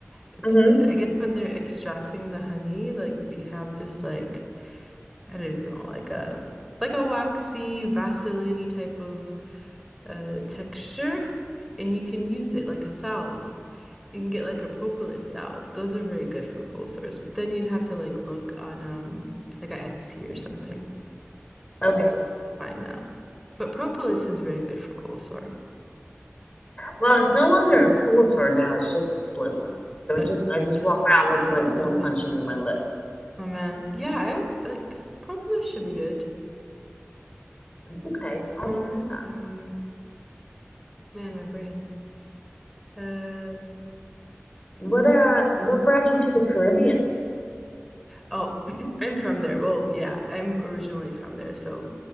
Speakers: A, in the centre; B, on the left.
A: It's
B: hmm
A: I guess when they're extracting the honey, like they have this like I don't even know, like a like a waxy, vaseline type of uh, texture and you can use it like a salve. You can get like a propolis salve. Those are very good for cold sores. But then you'd have to like look on um like a Etsy or something.
B: Okay.
A: Find that. But propolis is very good for cold sore.
B: Well, it's no longer a cold sore now. It's just a split lip. So
A: But
B: it just I just walk around looking like someone
A: something.
B: punched me in my lip.
A: Oh man. Yeah, I was like propolis should be good.
B: Okay, I'll
A: Or
B: try that.
A: um man, my brain. Uh
B: What uh, what brought you to the Caribbean?
A: oh, <clears throat> I'm from there. Well, yeah, I'm originally from there, so